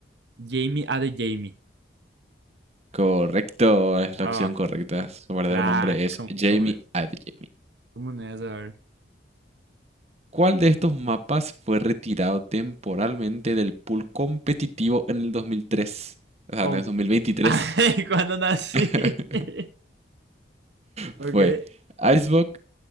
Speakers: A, on the right (about 70°); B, on the right (about 35°).
A: Jamie, A de Jamie.
B: Correcto, es
A: Ah,
B: la opción correcta.
A: oh,
B: Su verdadero
A: claro,
B: nombre es
A: ¿cómo,
B: Jamie
A: cómo no es?
B: Adeyemi.
A: ¿Cómo no es? A ver.
B: ¿Cuál de estos mapas fue retirado temporalmente del pool competitivo en el 2003? O sea,
A: Oh.
B: en el 2023.
A: <laughs> Ay, cuando nací.
B: <laughs>
A: <laughs> Ok,
B: Fue Icebox,